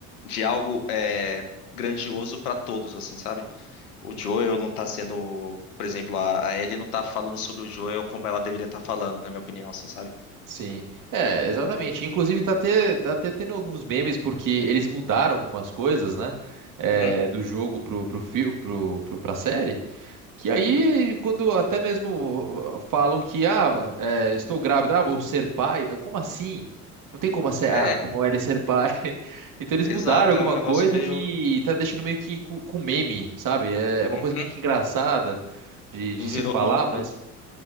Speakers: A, on the left (about 75°); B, on the right (about 45°).
A: de algo é, grandioso para todos, assim, sabe? O Joel não tá sendo. Por exemplo, a, a Ellie não tá falando sobre o Joel como ela deveria estar falando, na minha opinião, assim, sabe?
B: Sim. É, exatamente. Inclusive, tá até, tá até tendo alguns memes, porque eles mudaram algumas coisas, né? eh,
A: Uhum,
B: do jogo pro, pro, fio- pro, pro, pra série. Que aí,
A: uhum.
B: quando até mesmo uh, falam que, ah, é, estou grávida, ah, vou ser pai, mas como assim? Não tem como, ser, ah,
A: É,
B: como é ele ser pai. <laughs> Então eles
A: exato.
B: mudaram alguma
A: É um negócio
B: coisa
A: meio.
B: que tá deixando meio que com, com meme, sabe? É uma
A: Uhum.
B: coisa meio que engraçada de, de
A: Não
B: se
A: virou,
B: falar,
A: não,
B: mas.
A: não